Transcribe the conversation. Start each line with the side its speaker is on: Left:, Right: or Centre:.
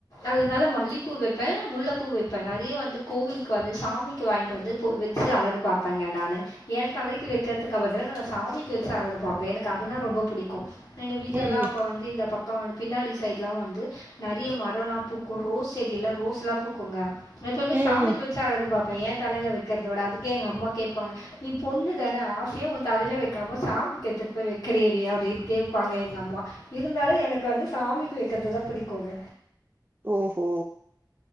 Left: அதனால மல்லிப்பூ வெப்ப முல்லப்பூ வெப்ப நெறைய வந்து கோவிலுக்கு வந்து சாமிக்கு வாங்கிட்டு வந்து பூ வெச் வெச்சு அழகு பாப்பங்க நானு எய தலைக்கு வெக்கறதுக்கு பதில நா சாமிக்கு வெச்சு அழகு பாப்ப எனக்கு அதுனா ரொம்ப புடிக்கும் எங்க வீட்டுலல்லா
Right: ம் ம்
Left: அப்ப வந்து இந்த பக்க வந்து பின்னாடி சைட் லா வந்து நெறைய மரம்லா பூக்கும் ரோஸ் செடியில ரோஸ்லா பூக்குங்க எப்பவுமே
Right: ம்
Left: சாமிக்கு
Right: ம்
Left: வச்சு அழகு பாப்ப எய தலைல வெக்கறத விட அதுக்கே எங்க அம்மா கேபாங்க நீ பொண்ணு தான ஆசையா உ தலையில வெக்காம சாமிக்கு எத்துட்டு போய் வெக்கிறியேடி அப்டின்னு கேட்பாங்க எங்க அம் மா இருந்தாலு எனக்கு வந்து சாமிக்கு வெக்கறதுதா பிடிக்கோங்க
Right: ஓ ஹோ